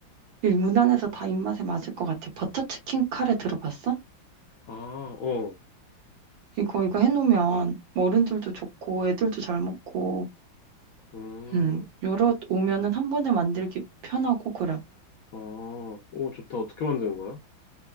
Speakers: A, on the right; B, on the left.
A: 이 무난해서 다 입맛에 맞을 것 같아. 버터치킨 카레 들어봤어?
B: 아, 어.
A: 이거, 이거 해놓으면 어른들도 좋고 애들도 잘 먹고
B: 음,
A: 음, 여러 오면은 한 번에 만들기 편하고 그래.
B: 아, 오, 좋다. 어떻게 만드는 거야?